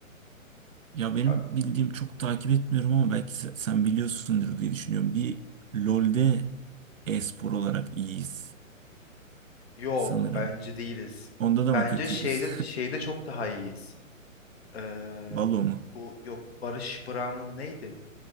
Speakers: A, on the right; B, on the left.
A: Ya benim
B: Ben,
A: bildiğim çok takip etmiyorum ama belki se- sen biliyorsundur diye düşünüyorum. Bir LoL'de e-spor olarak iyiyiz
B: yok
A: sanırım.
B: bence değiliz.
A: Onda da
B: Bence
A: mı kötüyüz?
B: şeyde şeyde çok daha iyiyiz. Ee,
A: <laughs> Valo mu?
B: bu yok Barış Bıra'nın neydi?